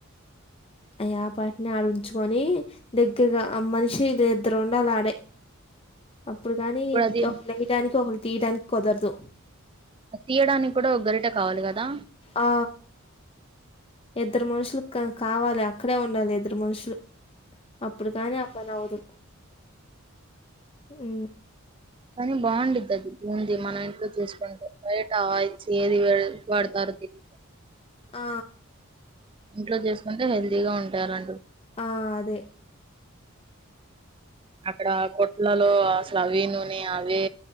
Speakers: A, on the left; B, on the right.
A: అయ్యా ఆ పాటిని అడుంచుకొని దగ్గరగా ఆ మనిషి ఇద్దరు ఉండాలా ఆడే అప్పుడు కాని
B: ఇప్పుడు అది
A: ఒక వేయడానికి ఒకళ్ళు తీయడానికి కుదరదు
B: తీయడానికి కూడా ఒక గరిట కావాలి కదా
A: ఆ ఇద్దరు మనుషులు క కావాలి అక్కడే ఉండాలి ఇద్దరు మనుషులు అప్పుడు కానీ ఆ పని అవ్వదు ఉ
B: కానీ బాగుండిద్ది అది బుంది మనం ఇంట్లో చేసుకుంటే బయట ఆయిల్ చేది వ వాడుతారో తెలి
A: ఆ
B: ఇంట్లో చేసుకుంటే హెల్తీగా ఉంటారు అంటు
A: ఆ అదే
B: అక్కడ కొట్లలో అసలు అవి నూనె అవే